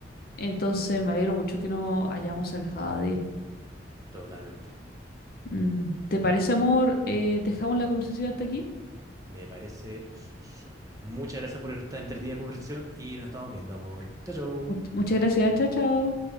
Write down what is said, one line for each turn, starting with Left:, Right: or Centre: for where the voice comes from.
Left: entonces me alegro mucho que nos hayamos alejado
Right: totalmente.
Left: Mm, ¿Te parece, amor? Eh, dejamos la conversación hasta aquí.
Right: Me parece súper. Muchas gracias por esta entretenida conversación y nos estamos viendo, amor. Chao, chao.
Left: Much- muchas gracias, chao, chao.